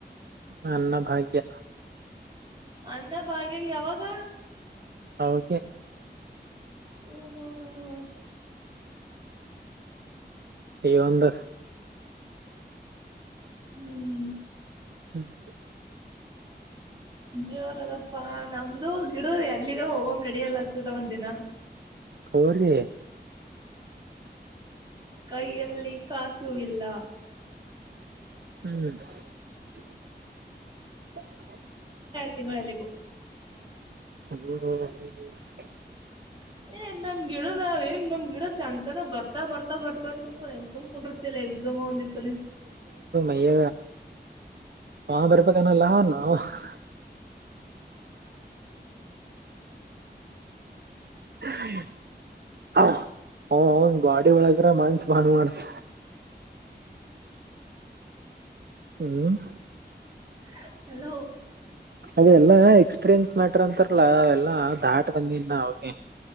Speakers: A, on the right; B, on the right.
A: ನನ್ನ ಭಾಗ್ಯ
B: ಅನ್ನ ಭಾಗ್ಯ ಯಾವಾಗ
A: ಹ ಕೆ
B: ಹ್ಮ್ ಹ್ಮ್ ಹ್ಮ್ ಹ್ಮ್ <inaudible>
A: ಇಗ ಒಂದ
B: ಹ್ಮ್
A: <inaudible>
B: ಜೋರ ಅದಪ್ಪಾ ನಮ್ದು ಗಿಡ ಅಲ್ಲಿಗ ಹೋಗೊಂಬ ನಡಿಯಲ್ಲತ್ಟ ಒಂದ ದಿನ <unintelligible>
A: ಹೋರಿ <unintelligible>
B: ಕೈಯಲ್ಲಿ ಕಾಸುಇಲ್ಲ
A: ಹ್ಮ್ <inaudible> <inaudible>
B: <unintelligible>
A: ಹ್ಮ <unintelligible>
B: ಏ ನಮ್ ಗಿಡದಾವ ಏನ್ ನಮ್ ಗಿಡ ಜಂತಾನ ಬರ್ತಾ ಬರ್ತಾ ಬರ್ತಾ ಅಂತ ಸುಮ್ <unintelligible> ಎಕ್ಸಾಮ್ ಅವ ಒಂದು ದಿಸ
A: <unintelligible> ಇ ಹ ಬರಿಪಕನಲ್ಲಾ <unintelligible> <unintelligible> ಓ ಒಂದ ಬಾಡಿ ಒಳದ್ರ ಮನ್ಸ ಭಾಂಗ್ ಮಾಡ್ತ <unintelligible> ಹ್ಮ್
B: <unintelligible> ಹಲೋ
A: ಅವೆಲ್ಲಾ ಎಕ್ಸ್ಪೀರಿಯನ್ಸ್ ಮ್ಯಾಟ್ರ ಅಂತಾರಲ್ಲ ಅವೆಲ್ಲಾ ದಾಟ್ ಬಂದನ್ ಅವೆ <unintelligible>